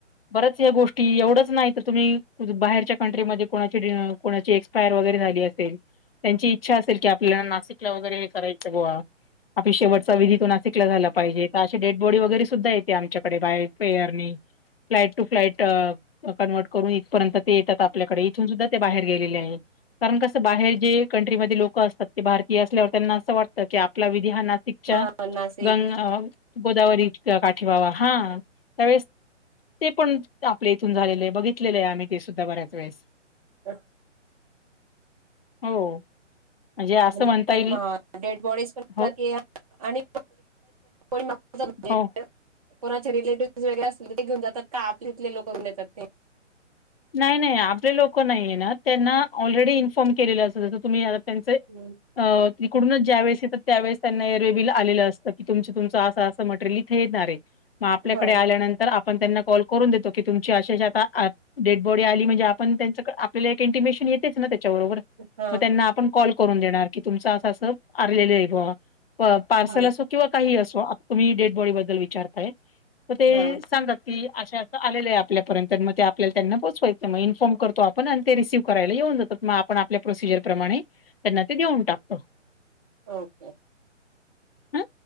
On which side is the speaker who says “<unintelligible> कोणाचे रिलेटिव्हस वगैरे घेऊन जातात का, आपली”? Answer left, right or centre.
Right